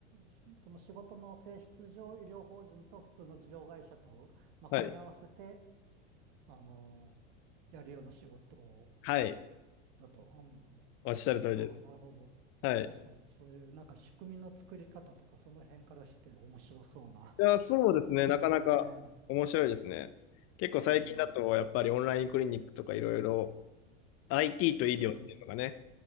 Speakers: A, on the right (about 60°); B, on the left (about 45°).
A: しその仕事の性質上、医療法人と普通の事業会社と、まあ、
B: はい。
A: 組み合わせて、あの、やるような仕事
B: はい。
A: だと。うん
B: おっしゃる通りです。
A: はあ、なるほど。
B: はい。
A: 確かにそういうなんか仕組みの作り方とかその辺からして面白そうな
B: いや、そうですね。
A: <laughs> 話ですね。
B: なかなか面白いですね。結構最近だと、
A: うん。
B: やっぱりオンラインクリニックとかいろいろ IT と医療っていうのがね、
A: うん。